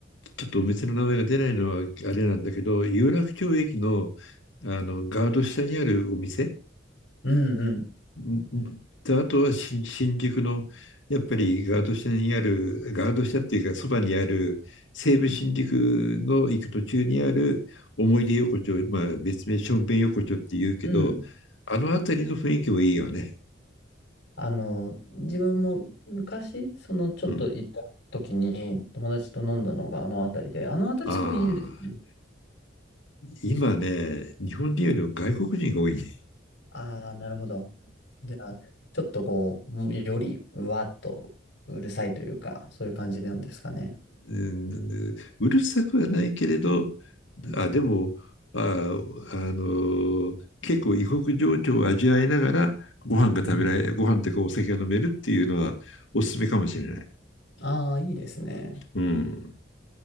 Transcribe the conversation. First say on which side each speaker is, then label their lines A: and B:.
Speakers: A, on the left (about 80°); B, on the left (about 60°).
A: ちょっとお店の名前が出ないのはあれなんだけど、有楽町駅の、あのガード下にあるお店
B: うんうん。
A: んで、あとは新、新宿の、やっぱりガード下にある、ガード下っていうか、そばにある、西武新宿の行く途中にある思い出横丁、
B: うん
A: まあ別名ションペン横丁って言うけど、
B: うん
A: あの辺りの雰囲気もいいよね。
B: あの、自分も昔、その、ちょっと行った時に友達と飲んだのがあの辺りで、
A: うん。
B: あの辺りすごいいいですよね。
A: ああ、今ね、日本人よりも外国人が多いね。
B: ああ、なるほど。じゃあ、ちょっとこう、もうよりうわっとうるさいというか、そういう感じなんですかね。
A: うんうるさくはないけれど、
B: うん。
A: あ、でも、あ、あの、結構異国情緒を味わいながら、ご飯が食べられ、
B: うん。
A: ご飯というかお酒が飲めるっていうのはおすすめかもしれない。
B: ああ、いいですね。
A: うん。